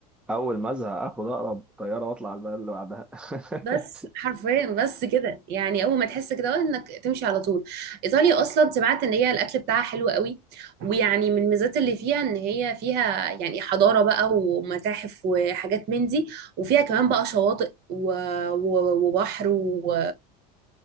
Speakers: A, in the centre; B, on the right (about 55°).
A: أول ما أزهق آخد أقرب طيارة وأطلع على البلد اللي بعدها <laughs>
B: بس حرفيا بس كده يعني اول ما تحس كده اه انك تمشي على طول ايطاليا اصلا سمعت ان هي الاكل بتاعها حلو قوي ويعني من الميزات اللي فيها ان هي فيها يعني حضاره بقى ومتاحف وحاجات من دي وفيها كمان بقى شواطئ و... و... وبحر و... و...